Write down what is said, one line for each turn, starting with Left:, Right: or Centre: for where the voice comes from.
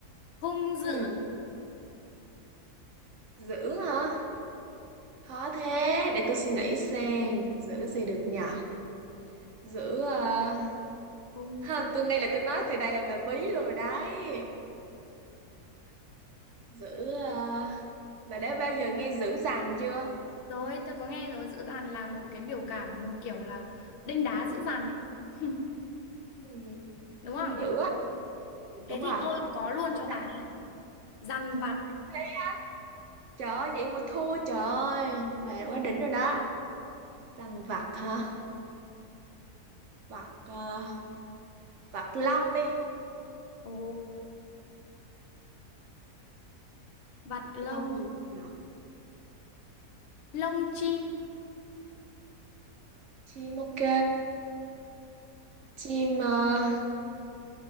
Left: hung dữ
Right: ừ giữ hả khó thế để tôi suy nghĩ xem giữ gì được nhở giữ ờ,
Left: hung
Right: ha,
Left: dữ
Right: tôi ngay là tôi nói từ đây là bà bí luôn rồi đấy giữ ờ, bà đã bao giờ nghe giữ rằng chưa
Left: rồi tôi có nghe rồi dữ dằn là một cái biểu cảm kiểu là đanh đá dữ dằn ấy <laughs>
Right: ừ.
Left: đúng
Right: hung
Left: không
Right: dữ á ừ
Left: thế
Right: đúng
Left: thì
Right: rồi
Left: tôi có luôn
Right: Dữ
Left: cho
Right: dằn
Left: bà đây dằn vặt
Right: thế trời ơi vậy mà thua trời ơi bà quá đỉnh rồi đó rằng vặt hả vặt ờ, vặt long đi
Left: ồ vặt lông
Right: long gì nhỉ
Left: lông chim
Right: chim ok chim ờ,